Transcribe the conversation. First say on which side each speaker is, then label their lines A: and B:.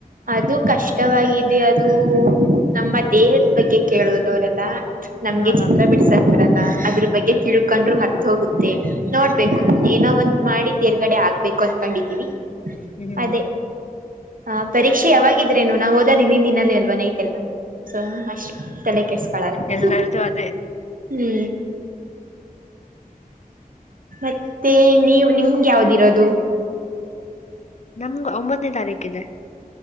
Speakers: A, on the right (about 65°); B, on the left (about 50°).
A: ಅದು ಕಷ್ಟವಾಗಿದೆ ಅದು ನಮ್ಮ ದೇಹದ ಬಗ್ಗೆ ಕೇಳುದವರೆಲ್ಲ. ನಮ್ಗೆ
B: ಹಾ
A: ಚಿತ್ರ
B: ಹಾ ಹಾ
A: ಬಿಡ್ಸಕ್ ಬರಲ್ಲ ಅದ್ರು ಬಗ್ಗೆ ತಿಳ್ಕೊಂಡ್ರು
B: ಹ್ಮ್
A: ಮರ್ತ ಹೋಗುತ್. ತ್ತೇ ನೋಡ್ಬೇಕು
B: ಹ್ಮ್
A: ಏನೋ ಒಂದ್ ಮಾಡಿ ತೇರ್ಗಡೆ ಆಗ್ಬೇಕು ಅನ್ಕೊಂಡಿದ್ದೀವಿ.
B: ಹ್ಮ್
A: ಅದೇ... ಹ ಪರೀಕ್ಷೆ ಯಾವಾಗಿದ್ರೇನು ನಾವ್ ಓದಾದ್ ಇದಿಂನ್ ದಿನನೆ ಅಲ್ವ ನೈಟೆಲ್ಲ ಸೊ ಅಷ್ಟೇ. ತಲೆ ಕೆಡ್ಸ್ಕೊಳಲ್ಲ
B: ಎಲ್ಲಾರ್ದು
A: ಹಾ ಹಾ
B: ಅದೇ
A: ಹು. ಮತ್ತೆ ನೀವ್ ನಿಮ್ಗೆ ಯಾವ್ದಿರೋದು.
B: ನಮ್ಗ ಒಂಬತ್ತನೇ ತಾರೀಕ್ ಇದೆ.